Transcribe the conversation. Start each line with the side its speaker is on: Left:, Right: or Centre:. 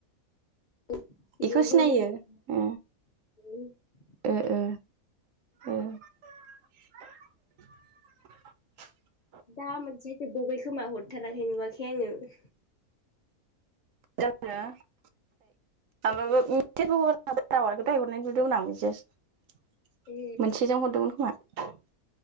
Left: <unintelligible>
Right: इखौ सिनायो ओ ओ ओ ओ । <inaudible>
Left: दा मोनसे जोबबावबाय खोमा हरथाराखै नुवाखै आङो ।
Right: <unintelligible> माबाबो मिसेबो हर दाउआखौ दायहरनाय नुदोंमोन आामो बिसोर
Left: ए
Right: मोनसेजों हरदोंमोन खोमा